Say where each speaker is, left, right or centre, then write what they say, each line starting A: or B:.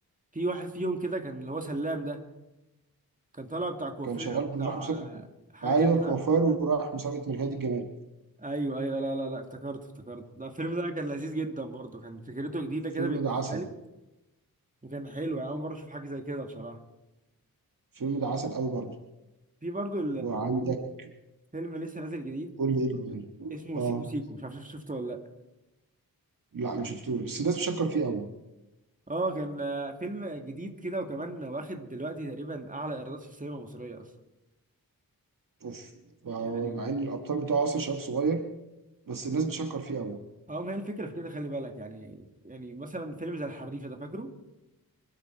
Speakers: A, on the right (about 20°); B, on the right (about 60°).
A: في واحد فيهم كده كان اللي هو سلام ده كان طالع بتاع كوافير
B: كان شغال
A: او بتاع
B: راح مسابقه
A: آه، حاجه
B: ايوه
A: كده صح؟
B: كوفار وراح مسابقه ملكية الجمال
A: ايوه ايوه لا لا لا افتكرت افتكرت ده الفيلم ده كان لذيذ جدا برضه كان فكرته جديده
B: الفيلم
A: كده بالنسبه
B: ده عسل
A: لي وكان حلو يعني اول مره اشوف حاجه زي كده بصراحه
B: الفيلم ده عسل قوي برضه
A: في برضه
B: وعندك
A: الفيلم لسه نازل جديد
B: قول لي ايه اللي-
A: اسمه
B: اه
A: سيكو سيكو مش عارف شفته ولا لا
B: لا ما شفتوش بس الناس بتشكر فيه قوي
A: اه كان آه، فيلم جديد كده وكمان واخد دلوقتي تقريبا اعلى ايرادات في السينما المصريه اصلا
B: اوف
A: يعني
B: مع ان الابطال بتاعه اصلا شباب صغير بس الناس بتشكر فيه قوي
A: اه ما هي الفكره في كده خلي بالك يعني يعني مثلا فيلم زي الحريفه ده فاكره